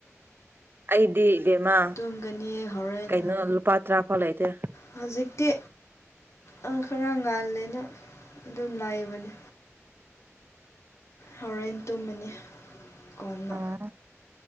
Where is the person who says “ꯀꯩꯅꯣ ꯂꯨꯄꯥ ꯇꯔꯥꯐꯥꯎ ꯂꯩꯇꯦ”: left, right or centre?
Right